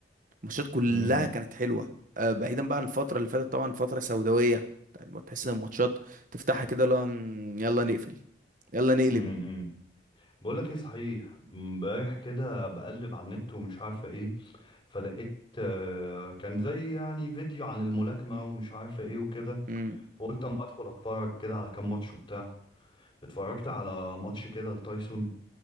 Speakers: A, on the right; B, on the left.
A: الماتشات كلها
B: امم
A: كانت حلوه آه، بعيدا بقى عن الفتره اللي فاتت طبعا فتره سوداويه يعني تحس ان الماتشات تفتحها كده لا مم، يلا نقفل يلا نقلب
B: امم بقول لك ايه صحيح امبارح كده بقلب على النت ومش عارفة ايه فلقيت آه، كان زي يعني فيديو عن الملاكمة ومش عارفة ايه وكده
A: امم
B: فقلت اما ادخل اتفرج كده على كام ماتش وبتاع اتفرجت على ماتش كده لتايسون